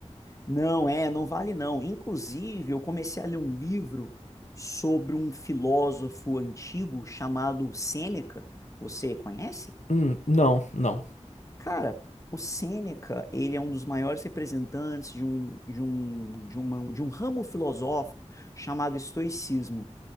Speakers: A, on the left; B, on the left.
A: Não, é, não vale não. Inclusive, eu comecei a ler um livro sobre um filósofo antigo chamado Sêneca. Você conhece?
B: Hum, não, não.
A: Cara, o Sêneca, ele é um dos maiores representantes de um, de um, de uma, de um ramo filosófico chamado estoicismo.